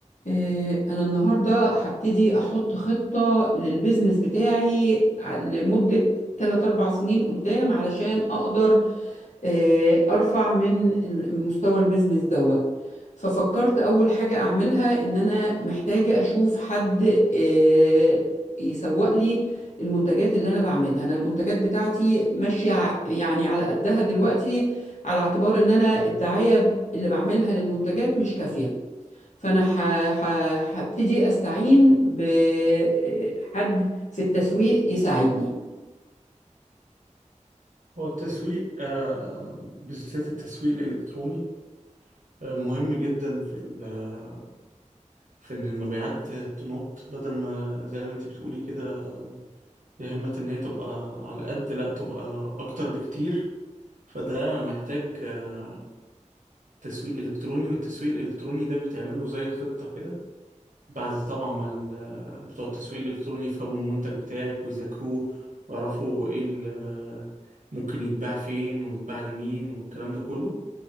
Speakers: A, on the left; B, on the right.
A: إيه، أنا النهاردة هبتدي أحط خطة للبيزنس بتاعي ع- لمدة 3 أربع سنين قدام علشان أقدر إيه، أرفع من ال- مستوى البيزنس دوت ففكرت أول حاجة أعملها إن أنا محتاجة أشوف حد إيه، يسوق لي المنتجات اللي أنا بعملها أنا المنتجات بتاعتي ماشية ع- يعني على قدها دلوقتي على اعتبار إن أنا الدعاية اللي بعملها للمنتجات مش كافية فانا ح... ح... هبتدي استعين بحد في التسويق يساعدني
B: هو التسويق آه، بالذات التسويق الإلكتروني آه، مهم جدا في ال- آه، في إن المبيعات تنط بدل ما زي ما أنت بتقولي كده يا همة إن هي تبقى على قد لا تبقى أكتر بكتير فده محتاج آه، تسويق إلكتروني والتسويق الإلكتروني ده بيتعمل له زي خطة كده بعد طبعا ما ال- آه، بتوع التسويق الإلكتروني يفهموا المنتج بتاعك ويذاكروه ويعرفوا إيه ال- آه، ممكن يتباع فين ويتباع لمين والكلام ده كله